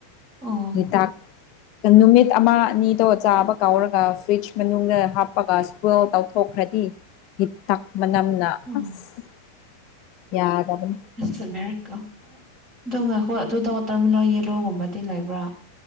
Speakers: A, on the right; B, on the left.
A: ꯑꯣ
B: ꯍꯤꯗꯥꯛ ꯅꯨꯃꯤꯠ ꯑꯃ ꯑꯅꯤꯗꯣ ꯆꯥꯕ ꯀꯧꯔꯒ ꯐ꯭ꯔꯤꯖ ꯃꯅꯨꯡꯗ ꯍꯥꯞꯄꯒ ꯏꯁꯄꯜ ꯇꯧꯊꯣꯛꯈ꯭ꯔꯗꯤ ꯍꯤꯇꯛ ꯃꯅꯝꯅ
A: ꯑꯣ
B: ꯑꯁ ꯌꯥꯗꯕꯅꯤ
A: ꯀ ꯉꯈ ꯑꯗꯨꯗ ꯋꯥꯇꯔꯃꯤꯂꯥ ꯌꯦꯜꯂꯣꯒꯨꯝꯕꯗꯤ ꯂꯩꯕ꯭ꯔꯥ